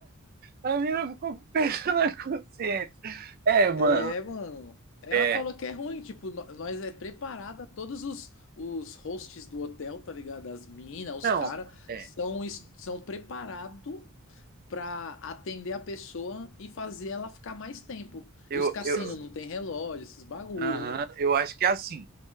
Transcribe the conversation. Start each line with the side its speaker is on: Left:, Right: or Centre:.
Right: A mina ficou com o peso na consciência. É, mano.
Left: É, mano. Ela
Right: É.
Left: falou que é ruim, tipo, no- nós é preparada, todos os, os hosts do hotel, tá ligado? As minas, os
Right: Não,
Left: caras,
Right: é.
Left: são, es- são preparados pra atender a pessoa e fazer ela ficar mais tempo.
Right: Eu,
Left: E os cassinos
Right: eu,
Left: não tem relógio, esses bagulho,
Right: aham,
Left: né?
Right: eu acho que é assim.